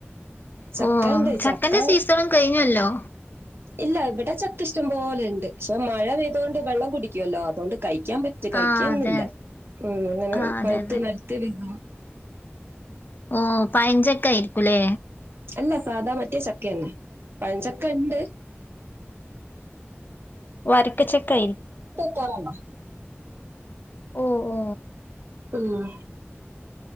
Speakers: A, on the right; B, on the left.
A: ചക്ക
B: ഓ
A: ഉണ്ട്
B: ചക്കന്റെ
A: ചക്ക
B: സീസണും കഴിഞ്ഞല്ലോ
A: ഇല്ല ഇവിടെ ചക്ക ഇഷ്ടം പോലെ ഉണ്ട് പക്ഷെ മഴ പെയ്തൊണ്ട് വെള്ളം കുടിക്കുവല്ലോ അതുകൊണ്ട് കഴിക്കാൻ പറ്റും കഴിക്കന്നില്ല
B: ആഹ് അതെ
A: ഉം അങ്ങനെ
B: ആഹ് അതെ
A: പഴുത്ത്
B: അതെ
A: നലത്തി വികും
B: ഓ പയഞ്ചക്കായിരിക്കുലേ
A: അല്ല സാധാ മറ്റേ ചക്കയന്നെ പയഞ്ചക്ക ഉണ്ട്
B: വരക്കച്ചക്കയി
A: പറണം
B: ഓ ഓ
A: ഉം